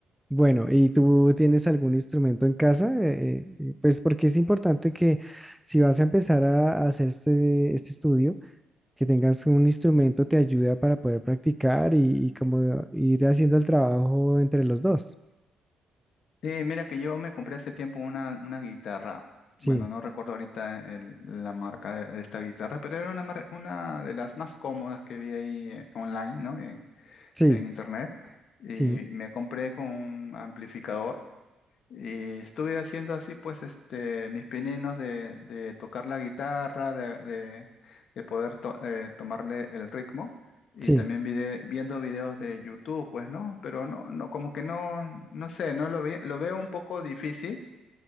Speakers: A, in the centre; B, on the left (about 65°).
A: Bueno, ¿y tú tienes algún instrumento en casa? Eh, eh, pues porque es importante que si vas a empezar a, a hacer este, este estudio, que tengas un instrumento te ayuda para poder practicar y, y como ir haciendo el trabajo entre los dos.
B: Sí, mira que yo me compré hace tiempo una, una guitarra. Bueno,
A: Sí,
B: no recuerdo ahorita el- la marca de, de esta guitarra, pero era una, mar- una de las más cómodas que vi ahí eh, online, ¿no? En,
A: sí,
B: en internet. Y
A: sí,
B: me compré con un amplificador. Y estuve haciendo así, pues, este, mis pininos de, de tocar la guitarra, de, de- de poder to- eh, tomarle el ritmo. Y
A: sí,
B: también vide- viendo videos de YouTube, pues, ¿no? Pero no, no, como que no, no sé, no lo ve- lo veo un poco difícil,